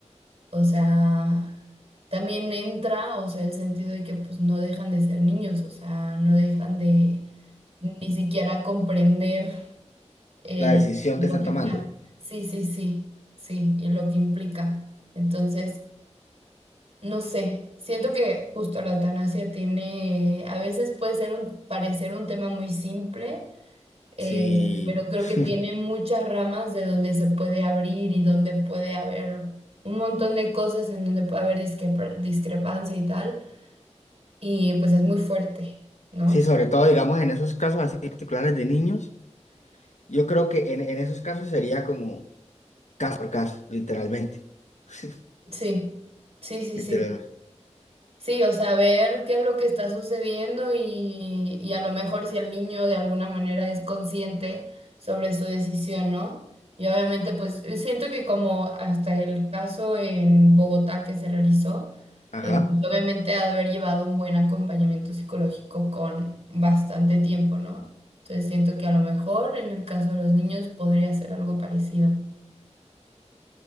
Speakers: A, on the right; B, on the left.
A: o sea, también entra, o sea, el sentido de que pues no dejan de ser niños, o sea, no dejan de ni siquiera comprender eh,
B: La decisión
A: lo
B: que están
A: que
B: tomando.
A: está. Sí, sí, sí, sí, y lo que implica. Entonces, no sé, siento que justo la eutanasia tiene, a veces puede ser un, parecer un tema muy simple, eh,
B: Sí,
A: pero creo
B: <laughs>
A: que tiene muchas ramas de donde se puede abrir y donde puede haber un montón de cosas en donde puede haber discrepar- discrepancia y tal, y pues es muy fuerte, ¿no?
B: sí, sobre todo, digamos, en esos casos así particulares de niños. Yo creo que en, en esos casos sería como caso por caso, literalmente. <laughs>
A: Sí, sí, sí,
B: Literalmente.
A: sí. Sí, o sea, ver qué es lo que está sucediendo y, y a lo mejor si el niño de alguna manera es consciente sobre su decisión, ¿no? Y obviamente, pues eh, siento que como hasta el caso en Bogotá que se realizó,
B: Ajá.
A: eh, pues, obviamente ha de haber llevado un buen acompañamiento psicológico con bastante tiempo, ¿no? Entonces siento que a lo mejor en el caso de los niños podría ser algo parecido.